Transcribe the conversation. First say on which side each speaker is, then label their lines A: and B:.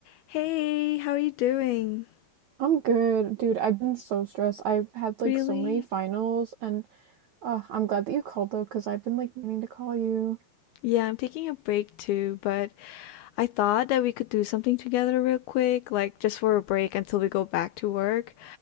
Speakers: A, on the left; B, on the right.
A: Hey, how are you doing?
B: I'm good, dude. I've been so stressed. I've had like
A: Really?
B: so many finals, and uh, I'm glad that you called though, because I've been like meaning to call you.
A: Yeah, I'm taking a break too, but I thought that we could do something together real quick, like just for a break until we go back to work.